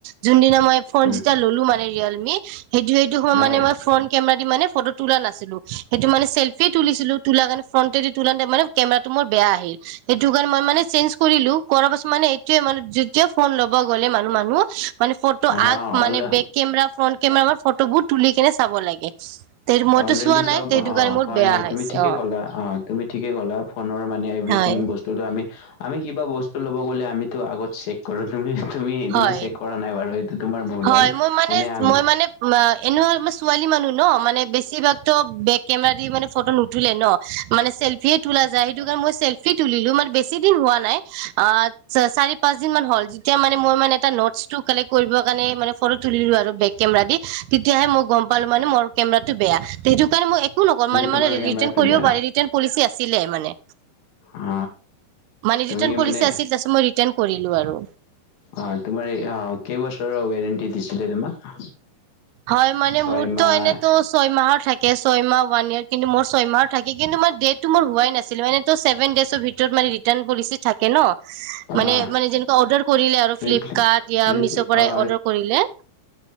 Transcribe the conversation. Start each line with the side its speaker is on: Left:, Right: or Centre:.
Right: যোনদিনা- মই ফোন
Left: উম
Right: যেতিয়া ল'লোঁ মানে ৰিয়েলমি- সেইটো সেইটো সম মানে
Left: হয়
Right: মই- কেমেৰা দি মানে ফটো তোলা নাছিলোঁ। সেইটো মানে চেল্ফিয়ে তুলিছিলোঁ তুলা কাৰোনে ফনটে- তুলাতে মানে কেমেৰাটো মোৰ বেয়া আহিল। সেইটো কাৰণে মই মানে- চেইঞ্জ কৰিলোঁ। কৰা পাছত- মানে এইোৱে মানে <unintelligible> ফোন ল'ব গ'লে মানুহ মানুহ। মানে ফটো
Left: অ
Right: আগ মানে
Left: all
Right: back camera, front camera ফটোবোৰ তুলি কেনে- লাগে। তে মইতো
Left: অলৰেডি
Right: চোৱা
Left: চব,
Right: নাই সেইটো
Left: অহ,
Right: কাৰণে মোৰ
Left: হয়
Right: বেয়া
Left: হয়।
Right: হৈছে
Left: তুমি ঠিকে
Right: অ
Left: কলা। অহ তুমি ঠিকে কলা। ফোনৰ মানে এভৰিথিং
Right: হয়
Left: বস্তুটো আমি আমি কিবা বস্তু ল'ব গ'লে আমিতো আগত চেক কৰোঁ। তুমি তুমি সেইদিনা
Right: হয়
Left: চেক কৰা নাই বাৰু এইটো তোমাৰ ভুল
Right: হয়
Left: হ'ল।
Right: মই মানে
Left: এনে আমি
Right: মই মানে <unintelligible> ছোৱালী মানুহ ন', মানে বেছিভাগতো বেক কেমেৰা দি মানে ফটো নুতুলে ন'। মানে চেল্ফিয়ে তুলা যায়, সেইটো কাৰণ মই চেল- তুলিলোঁ। মানে বেছি দিন হোৱা নাই আ চ - চাৰি পাঁচ দিন মান হ'ল। যেতিয়া মান মোৰ মানে এটা নোট্‌ছটো কালেক্ট কৰিব কাৰণে মানে ফটো তুলিলোঁ আৰু বেক কেমৰাদি, তেতিয়াহে মোক গম পালোঁ মানে মোৰ কেমৰাটো বেয়া। তে সেইটো কাৰণে মই একো নকল, মানে -
Left: তোমাৰ
Right: মানে
Left: কেমেৰাটো
Right: ৰিটাৰ্ন কৰিব
Left: বেয়া
Right: পাৰি। ৰিটাৰ্ন পলিচী আছিলে মানে।
Left: অ
Right: মানে
Left: তুমি
Right: ৰিটাৰ্ন পলিচী
Left: মানে
Right: আছিল। তাৰপিছত মই ৰিটাৰ্ন কৰিলোঁ আৰু।
Left: অহ তোমাৰ এই অ, কেইবছৰৰ ৱৰেণ্টি দিছিলে তোমাক?
Right: হয় মানে
Left: ছয়মাহ
Right: মুৰতো এনেতো ছয়মাহৰ থাকে, ছয়মাহ ৱান ইয়াৰ, কিন্তু মোৰ ছয়মাহৰ থাকে কিন্তু মোৰ ডেটটো মোৰ হোৱাই নাছিল। এনেটো চেভেন ডেছৰ ভিতৰত মানে ৰি- টাৰ্ণ পলিচী থাকে ন। মানে
Left: অ
Right: - মানে যেনেকুৱা অডাৰ কৰিলে আৰু ফ্লিপকাৰ্ট
Left: ৰিপ্লে
Right: য়া
Left: ৰিপ
Right: মিছ' পৰাই
Left: অ
Right: অডাৰ কৰিলে।